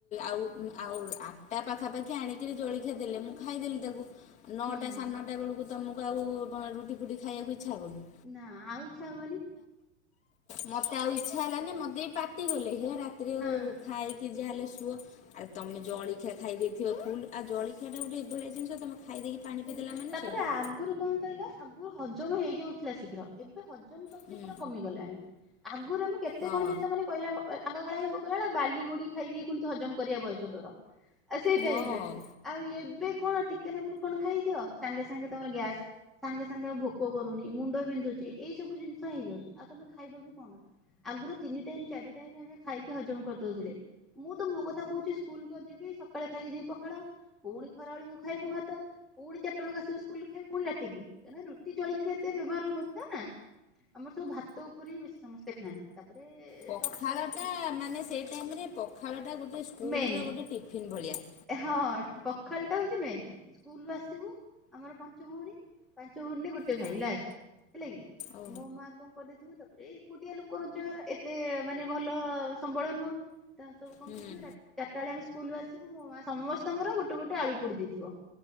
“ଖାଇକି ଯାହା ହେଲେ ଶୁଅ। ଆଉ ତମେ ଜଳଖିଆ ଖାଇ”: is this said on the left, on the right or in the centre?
Left